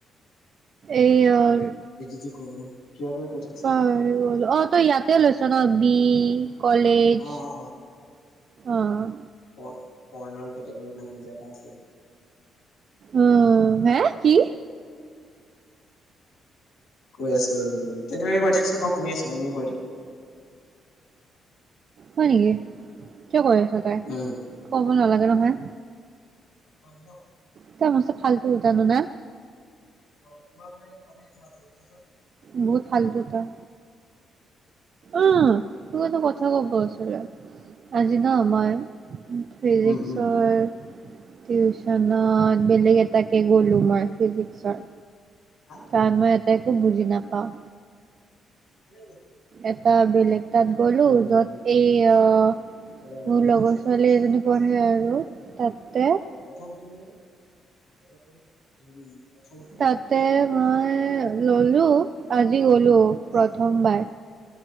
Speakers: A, on the right; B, on the left.
A: এই য়ৰ
B: এ, যি টি কৰো, কিবা কিবি কৈ থাক।
A: পাহৰি গলোঁ, অ', তই ইয়াতে লৈছ ন বি কলেজ
B: অ অ
A: অ'
B: প-পৰ্ণৰ কেটেগৰীত নামত জেগা আছে যে।
A: অ', হে কি?
B: কৈ আছো <unintelligible> তই কিবা কিবি কৈ থাকচোন, মই শুনি আছো ও ও কৈ থাক।
A: হয় নেকি, কিয় কৰি আছ তই,
B: উম
A: ক'ব নালাগে নহয়।
B: অ', হেল্ল'
A: এটা মস্ত ফালটো উঠানো না।
B: অ', তোমাৰ মই এইতো পথাই দিছোঁ হোৱাটছএপত চোৱা চুন।
A: বহুত ফালটো তই। অঁ' তোক এটা কথা কব আছিলে, আজি ন মই- ফিজিক্সৰ-
B: উম উম
A: টিউচনত বেলেগ এটাকে গ'লো মই ফিজিক্সত।
B: হাঁ'
A: কাৰণ মই ইয়াত একো বুজি নাপাওঁ।
B: কোন ফালে গলি?
A: এটা বেলেগ- তাত গ'লো
B: উম
A: য'ত এই আহ
B: ৰবা ৰবা
A: মোৰ
B: দি
A: লগৰ
B: আছো
A: ছোৱালী
B: গৈ আছো
A: এজনী
B: গৈ আছো
A: পঢ়ে আৰু- তাতে, -
B: প্ৰথম তুমি প্ৰথম তুমি- প্ৰথমটো
A: তাতে
B: বি
A: মই
B: হা
A: ললো আজি গলো
B: প্ৰথমটো বি
A: প্ৰথমবাৰ।